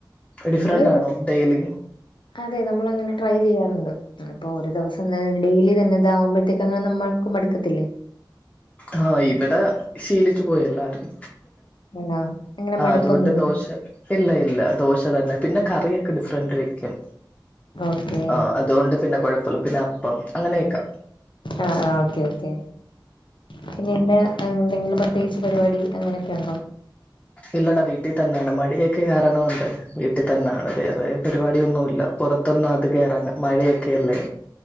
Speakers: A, on the left; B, on the left.
A: ഡിഫ്റന്റാ
B: നമ്മള്
A: ണോ ഡെയിലി?
B: അതെ നമ്മൾ അങ്ങനെ ട്രൈ ചെയ്യാറുണ്ട്. ആ ഇപ്പൊ ഒരു ദിവസം തെന്നെ ഡെയിലി തന്നെ ഇതാവുമ്പത്തേക്കെങ്ങാന് നമ്മൾക്ക് മട്ക്കത്തില്ലേ.
A: ആഹ് ഇവിടെ ശീലിച്ചു പോയല്ലാരും
B: ആണോ അങ്ങനെ
A: ആഹ്
B: മടുപ്പൊന്നുല്ല
A: അതുകൊണ്ട് ദോശ. ഇല്ല ഇല്ല ദോശ തന്നെ പിന്നെ, കറിയൊക്കെ ഡിഫ്റന്റ് വെയ്ക്കും.
B: ഓക്കെ
A: ആഹ് അതുകൊണ്ട് പിന്നെ കൊഴപ്പല്ല. പിന്നെ, അപ്പം അങ്ങനെയക്കെ.
B: ആഹ് ആഹ് ഓക്കേ ഓക്കേ പിന്നെ, ഇന്ന് ഏഹ് എന്തെങ്കിലും പ്രത്യേകിച്ച് പരിപാടി അങ്ങനെയൊക്കെ ഇണ്ടോ?
A: ഇല്ലടാ വീട്ടി തന്നെ ആണ്. മടിയൊക്കെ കാരണോണ്ട് വീട്ട് തന്നെ ആണ് വേറെ പരിവാടിയൊന്നു ഇല്ല. പൊറത്തൊന്ന് അധിക ഇറങ്ങ് മഴയൊക്കെ അല്ലേ?